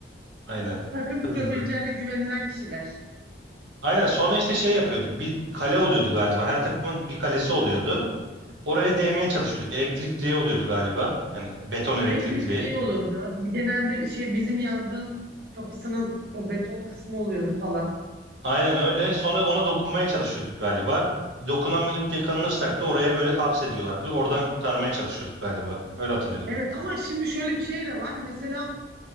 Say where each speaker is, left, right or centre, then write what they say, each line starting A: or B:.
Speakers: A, on the right; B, on the right.
A: Aynen.
B: takım
A: Hızlı.
B: kurabileceğine güvenilen kişiler.
A: Aynen sonra işte şey yapıyorduk. Bir kale oluyordu galiba. Her takımın bir kalesi oluyordu. Oraya değmeye çalışıyorduk. Elektrik direği oluyordu galiba. Yani beton elektrik
B: Elektrik
A: direği.
B: direği oluyordu. Genelde şey bizim yazdığın kapısının o beton kısmı oluyordu falan.
A: Aynen öyle. Sonra ona dokunmaya çalışıyorduk galiba. Dokunamayıp yakalanırsak da oraya böyle hapsediyorlardı. Oradan kurtarmaya çalışıyorduk galiba. Öyle hatırlıyorum.
B: Evet ama şimdi şöyle bir şey de var. Mesela